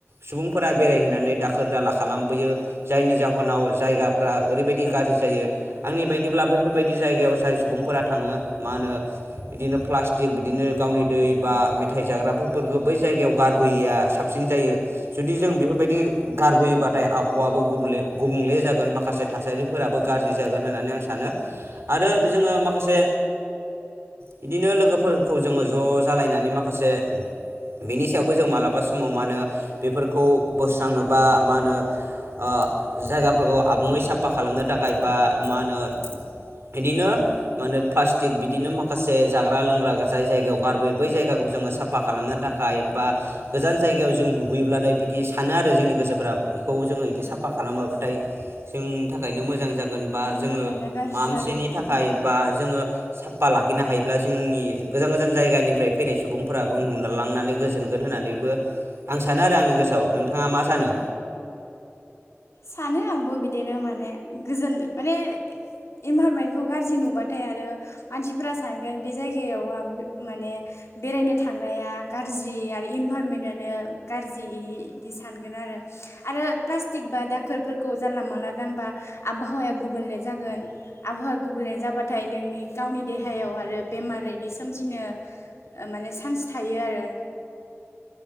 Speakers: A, on the right; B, on the left.
A: सुबुंफोरा बेरायहैनानै दाखोर दाला खालामबोयो जायनि जाहोनाव जायगाफ्रा ओरैबायदि गारज्रि जायो आंनि बायदिब्ला बैफोरबायदि जायगायाव जाय सुबुंफोरा थाङो मा होनो बिदिनो प्लास्टिक बिदिनो गावनि दै बा मेथाइ जाग्रा बेफोरखो बै जायगायाव गारबोयैया साबसिन जायो जुदि जों बेफोरबायदि गारबोयोबा थाय आबहावाबोे गुबले गुबुंले जागोन माखासे थासारिफोराबो गारज्रि जागोन होननानै आं सानो आरो बिजोङो माखासे बिदिनो लोगोफोरखौ जोङो ज'जालायनानै माखासे बेनि सायावबो जों मालाबा समाव मा होनो बेफोरखौ बोस्रांनो बा मा होनो आ जायगाफोरखौ आबुङै साफा खालामनो थाखाय बा मा होनो बिदिनो मा होनो प्लास्टिक बिदिनो माखासे जाग्रा लोंग्रा जाय जायगायाव गारबोयो बै जायगाखौ जोङो साफा खालामनो थाखाय बा गोजान जायगायाव जों नुबोयोब्लाथाय बिदि सानो आरो जोंनि गोसोफ्रा बिखौ जोङो बिदि साफा खालामाब्लाथाय जोंनि थाखायनो मोजां जाग गोन बा
B: इनभाइरमेन्टआ
A: जोङो
B: गाज्रि
A: मामसेनि
B: जागोन
A: थाखाय
B: होमबा
A: बा जोङो सा फा लाखिनो हायोब्ला जोंनि गोजान गोजान जायगानिफ्राय फैनाय सुबुंफ्राबो नुनालांनानै गोजोनगोन होननानैबो आं सानो आरो आंनि गोसोआव नोंथाङा मा सानो?
B: सानो आंबो बिदिनो माने गोजोनदो माने इनभाइरनमेन्टखौ गारजि नुबाथाय आरो मानसिफ्रा सानगोन बे जायगायावहा माने बेरायनो थांनाया गारज्रि आरो इनभाइरनमेन्टानो गारजि इदि सानगोन आरो आरो फ्रासटिक बा दाख खोरफोरखौ जानला माला गानबा आबहावाया गुबुनले जागोन आबहावाया गुबुनले जाबाथाय नोंनि गावनि देहायाव आरो बेमार यैदि सोमजिनो माने चान्स थायो आरो।